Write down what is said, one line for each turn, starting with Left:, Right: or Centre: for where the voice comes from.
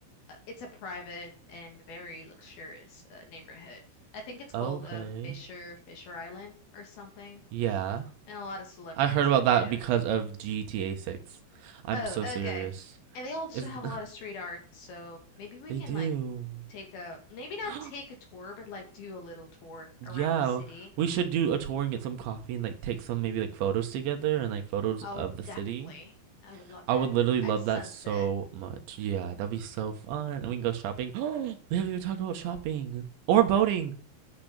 Left: uh, it's a private and very luxurious uh, neighborhood. I think it's called
Right: Okay.
Left: uh Fisher Fisher Island or something.
Right: Yeah.
Left: And a lot of celebrities
Right: I heard about
Left: live
Right: that
Left: there.
Right: because of GTA 6. I'm
Left: Oh,
Right: so
Left: okay.
Right: serious.
Left: And they also
Right: Is
Left: have a lot of street art, so
Right: <laughs>
Left: maybe we
Right: they
Left: can
Right: do.
Left: like take a maybe not
Right: <gasps>
Left: take a tour, but like do a little tour
Right: Yeah,
Left: around the city.
Right: we should do a tour and get some coffee and like take some maybe like photos together and like photos
Left: Oh,
Right: of the
Left: definitely.
Right: city.
Left: I would love
Right: I
Left: that.
Right: would literally love
Left: At sunset.
Right: that so much. Yeah, that'd be so fun. And we can go shopping. <gasps> we haven't even talked about shopping or boating.